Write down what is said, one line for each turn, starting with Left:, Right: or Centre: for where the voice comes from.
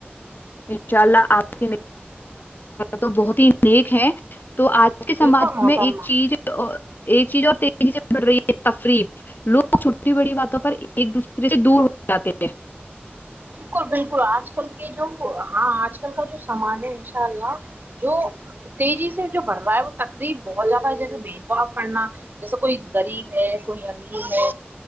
Left: انشاء اللہ آپ کے تو بہت ہی نیک ہے تو آج کے سماج
Right: بالکل محترمہ
Left: میں ایک چیز ایک چیز اور تیزی سے بڑھ رہی ہے تفریف لوگ چھوٹی بڑی باتوں پر ایک دوسرے سے دور ہو جاتے تھے <unintelligible>
Right: بالکل بالکل آج کل کے جو ہاں آج کل کا جو سامان ہے ان شاء اللہ جو تیزی سے جو بڑھ رہا ہے وہ تقریب بہت زیادہ ہے جیسے بھید بھاؤ کرنا جیسے کوئی غریب ہے کوئی امیر ہے